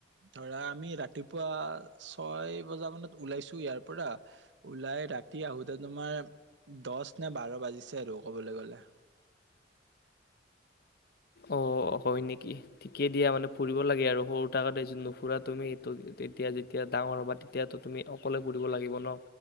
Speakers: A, on the right (about 75°); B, on the left (about 55°).
A: ধৰা আমি ৰাতিপুৱা ছয় বজা মানত ওলাইছো ইয়াৰ পৰা ওলাই ৰাতি আহোঁতে হেই তোমাৰ দহ নে বাৰ বাজিছে আৰু ক'বলৈ গ'লে
B: অ হয় নেকি ঠিকে দিয়া মানে ফুৰিব লাগে আৰু সৰু থাকোতে য নুফুৰা তুমি ত তেতিয়া যেতিয়া ডাঙৰ হবা তেতিয়াতো তুমি অকলে ফুৰিব লাগিব ন